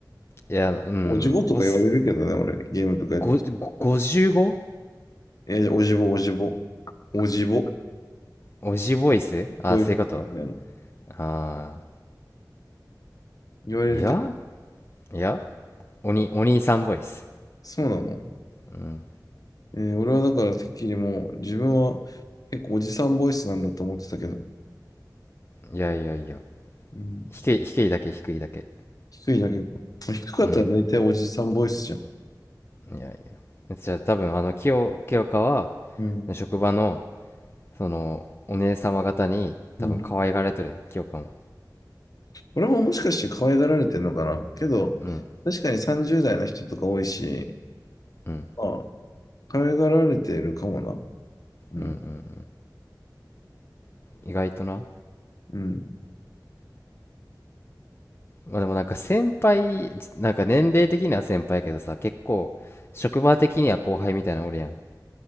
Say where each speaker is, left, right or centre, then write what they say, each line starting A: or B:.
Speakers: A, on the left; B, on the left.
A: いや、うん。
B: おじぼとか言われるけどね、
A: おす、
B: 俺。ゲームとかやってたら。
A: ご、ご 55?
B: え、おじぼ、おじぼ。おじぼ。
A: おじボイスあ、
B: こういう人みたいな。
A: そういうことあ
B: 言われるけど、
A: あー。いや、いや、おに、お兄さんボイス。
B: そうなの
A: うん。
B: えー俺はだからてっきりもう自分は結構おじさんボイスなんだと思ってたけど、
A: いやいやいや。
B: うん、
A: 低い、低いだけ、低いだけ。
B: 低いだけか。低かったら大体おじさんボイスじゃん。
A: うん。いやいや。じゃあ多分、あの、清、清香は、
B: うん。
A: 職場の、その、お姉様方に、多分、
B: うん。
A: 可愛がられてる、清香も。
B: 俺ももしかして可愛がられてんのかなけど、
A: うん、
B: 確かに30代の人とか多いし、
A: うん、
B: まあ、可愛がられてるかもな。うん。
A: うん、うん、うん。意外とな。
B: うん。
A: まあでもなんか先輩、なんか年齢的には先輩やけどさ、結構、職場的には後輩みたいなのおるやん。